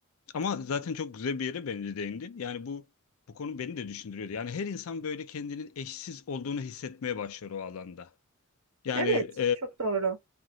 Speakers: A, on the left; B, on the right.
A: ama zaten çok güzel bir yere bence değindin. Yani bu bu konu beni de düşündürüyordu. Yani her insan böyle kendinin eşsiz olduğunu hissetmeye başlıyor o alanda. Yani
B: Evet, çok doğru.